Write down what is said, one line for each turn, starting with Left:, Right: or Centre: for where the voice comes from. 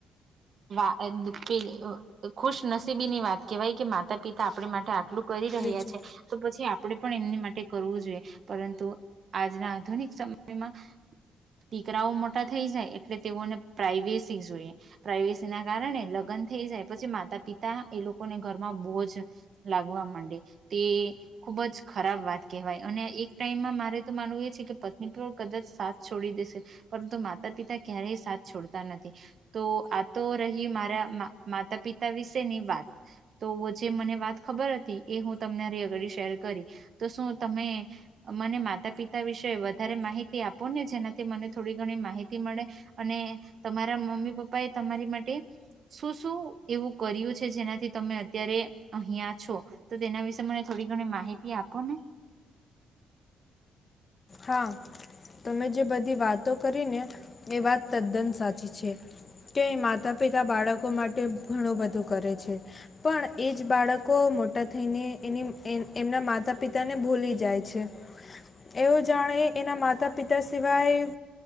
Right: વા. <inaudible> ખુશનસીબી ની વાત કહેવાય કે માતા પિતા આપણી માટે આટલું. કરી રહ્યા
Left: લીજો
Right: છે તો પછી આપ. આપણે પણ એમની માટે કરવું જોઈએ પરંતુ આજના આધુનિક. સમયમાં. દીકરાઓ મોટા થઈ જાય એટલે તેઓને પ્રાાઈવેસી જોઈએ. પ્રાઇવેસી ના કારણે લગ્ન થઈ જાય પછી માતા પિતા. એ લોકોને ઘરમાં બોજ લાગવા માંડે તે ખુબ જ ખરાબ વાત કહેવાય અને એક ટાઈમમાં મારે તો માનવું એ છે કે પત્ની પણ કદાચ સાથ છોડી દેશે. પરંતુ માતા પિતા ક્યારેય સાથ છોડતા નથી તો આ તો રહી મારા માતા પિતા વિશેની વાત તો જે મને વાત ખબર હતી એ હું તમને અગડી શેર કરી તો શું તમે મને માતા પિતા વિશે વધારે માહિતી આપો ને જેના. મને થોડી ઘણી માહિતી મળે અને તમારા મમ્મી પપ્પા એ તમારી માટે શું શું એવું કર્યું છે જેનાથી તમે અત્યારે અહીિયાં છો તો તેના વિશે મને થોડી ઘણી માહિતી આપો ને.
Left: હા તમે જે બધી વાતો કરીને એ વાત તદ્દન સાચી છે કે માતા પિતા બાળક. માટે ઘણું બધું કરે છે પણ એ જ બાળકો મોટા થઈને એની એ. એમના માતા પિતા ને ભૂલી. જાય છે. એઓ જાણે એના માતા પિતા સિવાય